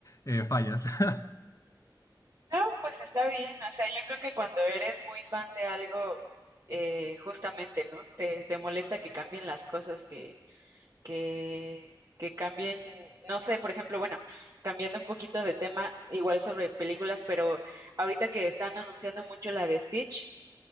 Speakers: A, on the left; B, on the right.
A: eh, fallas. <laughs>
B: No, pues está bien, o sea, yo creo que cuando eres muy fan de algo, eh, justamente, ¿no? Te, te molesta que cambien las cosas, que, que, que cambien, no sé, por ejemplo, bueno, cambiando un poquito de tema, igual sobre películas, pero ahorita que están anunciando mucho la de Stitch,